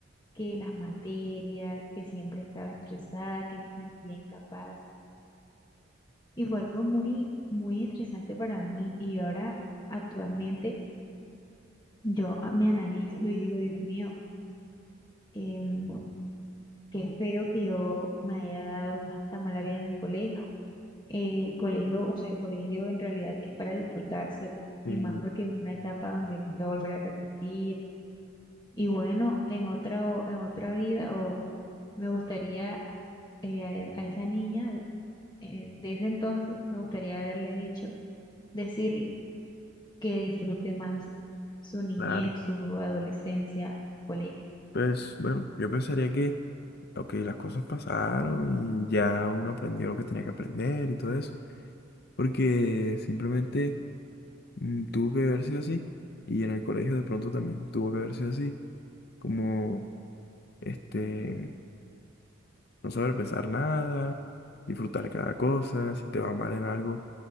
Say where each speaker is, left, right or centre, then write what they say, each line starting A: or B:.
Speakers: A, on the left; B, on the left.
A: que las materias, que siempre estaba estresada, que me sentía incapaz. Y fue algo muy, muy estresante para mí. Y ahora, actualmente, yo a- me analizo y digo, Dios mío, em, qué feo que yo me haya dado tanta mala vida en el colegio. El colegio, o sea, el colegio en realidad es para disfrutárselo
B: Sí,
A: y más porque es una etapa donde no se va a volver a repetir. Y bueno, en otra, en otra vida o me gustaría eh, a, a esa niña eh, de ese entonces, me gustaría haberle dicho, decirle que disfrute más su niñez,
B: claro.
A: su adolescencia en el colegio.
B: Pues bueno, yo pensaría que, ok, las cosas pasaron y ya uno aprendió lo que tenía que aprender y todo eso, porque simplemente mm, tuvo que haber sido así y en el colegio de pronto también tuvo que haber sido así, como este, no saber pensar nada, disfrutar cada cosa, si te va mal en algo,